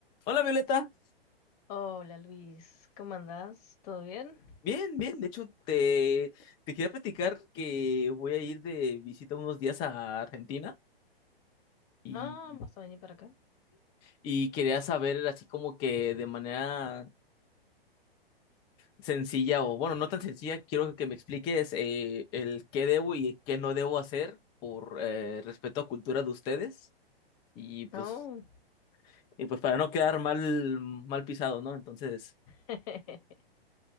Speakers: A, on the left (about 15°); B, on the left (about 40°).
A: Hola Violeta,
B: Hola Luis, ¿cómo andás? ¿Todo bien?
A: bien, bien, de hecho te, te quería platicar que voy a ir de visita unos días a Argentina y,
B: Ah, ¿vas a venir para acá?
A: y quería saber así como que de manera sencilla o bueno, no tan sencilla, quiero que me expliques eh, el qué debo y qué no debo hacer por eh, respeto a cultura de ustedes y pues,
B: No.
A: y pues para no quedar mal, mal pisado, ¿no? Entonces,
B: <laughs>